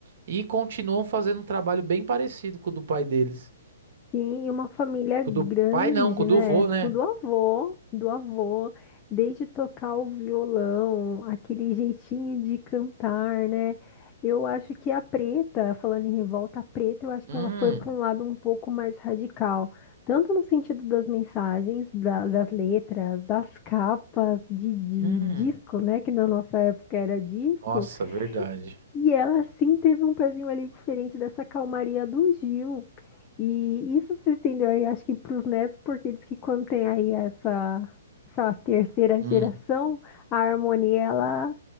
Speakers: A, on the right (about 50°); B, on the left (about 20°).
A: e continuam fazendo um trabalho bem parecido com o do pai deles.
B: Sim, e uma família grande,
A: Com o do pai, não, com o
B: né?
A: do vô, né?
B: Com do avô, do avô, desde tocar o violão, aquele jeitinho de cantar, né? Eu acho que a Preta, falando em revolta, a Preta, eu acho que
A: Hum,
B: ela foi para um lado um pouco mais radical, tanto no sentido das mensagens, da- das letras, das capas de, de
A: hum.
B: disco, né? Que na nossa época era disco.
A: Nossa, verdade.
B: E ela sim teve um pezinho ali diferente dessa calmaria do Gil. E isso se estendeu aí, acho que para os netos, porque diz que quando tem aí essa, essa terceira
A: Hum.
B: geração, a harmonia ela,